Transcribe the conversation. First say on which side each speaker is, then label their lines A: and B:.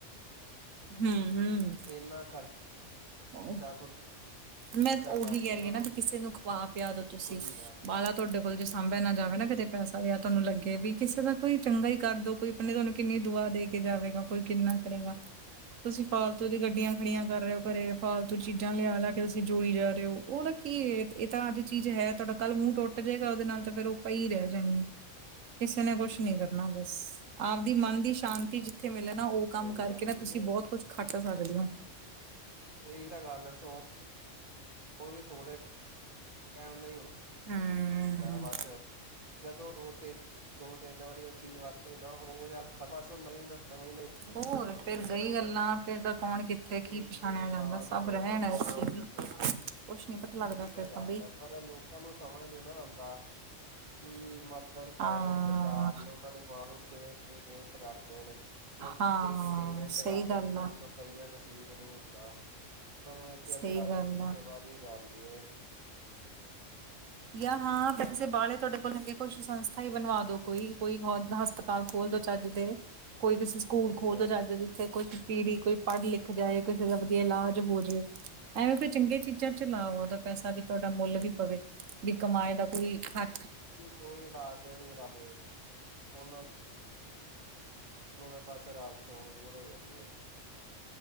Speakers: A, on the right; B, on the right.
A: ਹੂੰ ਹੂੰ
B: ਇੰਨਾ ਖਰ
A: ਉਹ
B: ਚਾ ਖੁਰਚਾ
A: ਮੈਂ ਉਹੀ
B: ਕਰਦੇ
A: ਕਹਿ
B: ਉਹਨਾਂ
A: ਰਹੀ ਨਾ ਵੀ ਕਿਸੇ ਨੂੰ ਖਵਾ ਪਿਆ ਦੋ ਤੁਸੀਂ
B: ਦੇਖੋ ਦੂ
A: ਬਾਲਾ ਤੁਹਾਡੇ ਕੋਲੋਂ ਜੇ ਸਾਂਭਿਆ ਨਾ
B: ਬਿਲਕੁਲ
A: ਜਾਵੇ ਨਾ ਕਿਤੇ ਪੈਸਾ ਜਾਂ ਤੁਹਾਨੂੰ ਲੱਗੇ ਵੀ ਕਿਸੇ ਦਾ ਕੋਈ ਚੰਗਾ ਹੀ ਕਰਦੋ ਕੋਈ ਪਨਾ ਤੁਹਾਨੂੰ ਕਿੰਨੀ ਦੁਆ ਦੇ ਕੇ ਜਾਵੇਗਾ ਕੋਈ ਕਿੰਨਾ ਕਰੇਗਾ ਤੁਸੀਂ ਫਾਲਤੂ ਦੀ ਗੱਡੀਆਂ ਖੜੀਆਂ ਕਰ ਰਹੇ ਹੋ ਘਰੇ ਫਾਲਤੂ ਚੀਜ਼ਾਂ ਲਿਆ ਲਿਆ ਤੁਸੀਂ ਜੋੜੀ ਜਾ ਰੇ ਓ ਓਹ ਦਾ ਕੀ ਏ। ਏਹ ਤਾਂ ਅੱਜ ਚੀਜ਼ ਹੈ ਤਾਡਾ ਕੱਲ੍ਹ ਮੂੰਹ ਟੁੱਟ ਜੇਗਾ ਓਹਦੇ ਨਾਲ ਤਾਂ ਫੇਰ ਓਹ ਪਈ ਰੈਹ ਜਾਣੀ ਏ। ਕਿਸੇ ਨੇ ਕੋਛ ਨੀ ਕਰਨਾ ਬਸ। ਆਪਦੀ ਮਨ ਦੀ ਸ਼ਾਂਤੀ ਜਿੱਥੇ ਮਿਲੇ ਨਾ ਓਹ
B: ਸਹੀ
A: ਕੰਮ ਕਰਕੇ
B: ਗੱਲ
A: ਨਾ
B: ਹੈ ਜੀ
A: ਤੁਸੀਂ
B: ਇਹ
A: ਬੌਤ ਕੁਛ ਖੱਟ ਸਕਦੇ ਓ।
B: ਏਹੀ ਤਾਂ ਗੱਲ ਸੌ ਓਹ ਵੀ ਥੋੜ੍ਹੇ ਟੈਮ ਦਾ ਈ ਹੁੰ
A: ਹਮ
B: ਹੁੰਦੈ ਬਸ ਜਦੋਂ ਦੋ ਤੇ ਦੋ ਤੇਨ ਵਾਰੀ ਓਹ ਚੀਜ਼ ਵਰਤ ਲੀ ਨਾ <unintelligible> ਬਸ ਓ ਨਵਾਂ ਨਵਂ
A: ਹੋਰ ਫੇਰ ਗਈ ਗੱਲਾਂ ਫੇਰ ਤਾਂ ਕੌਣ ਕਿੱਥੇ
B: ਉਹੀ
A: ਕੀ ਪਛਾਣਿਆ ਜਾਂਦੈ
B: ਚਲਾਉਣ ਤੇ
A: ਸਭ
B: ਮਜ਼ਾ
A: ਰੈਹਣ
B: ਆਉਂਦਾ
A: ਐਸੇ ਵੀ। ਕੁਛ ਨੀ ਪਤਾ
B: ਉਹੀ
A: ਲੱਗਦਾ
B: ਤਾਂ
A: ਫੇਰ
B: ਗੱਲ
A: ਬਈ
B: ਐ ਪਰ ਐ ਲੋਕ ਕਾਂ ਨੂੰ ਸਮਝ ਨੀ ਨਾ ਆਂਦਾ ਕਿ ਮਤਲਬ ਪੈਹੇ
A: ਹਾਂ
B: ਬਚਾ ਲੀਏ ਓਹਨਾਂ ਦੇ ਮਾਂ-ਪਿਓ ਕਿਵੇਂ ਕਿੰਨੀ ਮੇਨਤ ਕਰਦੇ ਨੇ, ਯਾ ਦੂਜੇ
A: ਹਾਂ
B: ਕਿੰਨੀ ਮੇਨਤ ਕਰਦੇ
A: ਸਹੀ ਗੱਲ
B: ਜਿਨਾਂ
A: ਆ
B: ਨੂੰ ਦ ਫਹੀ ਆ ਨਸੀਬ ਨੀ ਹੁੰਦਾ‌ ਸਾਨੂੰ ਐਹ ਕਿਆ
A: ਸਹੀ
B: ਸੀਂ ਆਪਦੇ
A: ਗੱਲ
B: ਸ਼ੋਸ਼ੇਬਾਜੀ
A: ਆ
B: ਕਰ ਲੀਏ।
A: ਯਾ ਹਾਂ, ਪੈਸੇ ਬਾਹਲੇ ਤੁਐਡੇ ਕੋਲ ਹੈਗੇ ਕੁਛ ਸੰਸਥਾ ਹੀ ਬਣਵਾ ਦੋ ਕੋਈ। ਕੋਈ ਹੁ ਹਸ ਪਤਾਲ ਖੋਲਦੋ ਚੱਜ ਦੇ, ਕੋਈ ਤੁਸੀਂ ਸਕੂਲ
B: ਸਹੀ
A: ਖੋਲਦੋ
B: ਗੱਲ
A: ਚੱਜ
B: ਹੈ ਜੀ
A: ਜਿੱਥੇ ਕੋਝ ਪੀੜੀ ਕੋਈ ਪੜ੍ਹ ਲਿਖ ਜਾਏ, ਕਿਸੇ ਦਾ ਵਧੀਆ ਇਲਾਜ ਹੋ ਜੇ। ਐਵੇਂ ਕੋਈ ਚੰਗੀਆਂ ਚੀਜ਼ਾਂ ਚ ਲਾਓ ਓਹਦਾ ਪੈਸਾ, ਵੀ ਤੁਵਾਡਾ ਮੁੱਲ ਵੀ ਪਵੇ। ਬੀ ਕਮਾਏ ਦਾ ਕੋਈ ਖ
B: ਜੀ ਕੋਈ ਲਾਕੇ ਨੀ ਰਾਜੇ, ਓਹਨਾਂ ਨ ਨੂੰ ਏ ਬਸ ਰਾਤ ਰੋਹ ਪੂਰੇ ਕਰੀਏ।